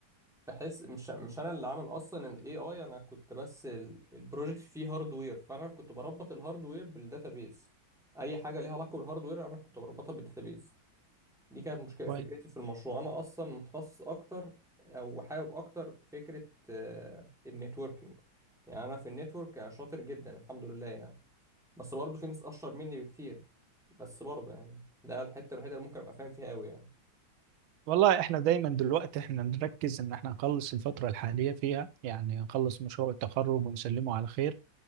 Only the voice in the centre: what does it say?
بحس مش مش انا اللي عامل اصلا الاي اي انا كنت بس ال- البروجكت فيه هاردوير فانا كنت بربط الهاردوير بالداتابيز اي حاجة ليها علاقة بالهاردوير انا كنت بربطها بالداتابيز دي كانت مشكلة
فكرتي في المشروع انا اصلا متخصص اكتر او حابب اكتر فكرة النتوركينج يعني انا في النتورك أنا شاطر جدا الحمد لله يعني بس برضه في ناس اشطر مني بكتير بس برضه يعني ده الحتة الوحيدة اللي ممكن ابقى فاهم فيها قوي يعني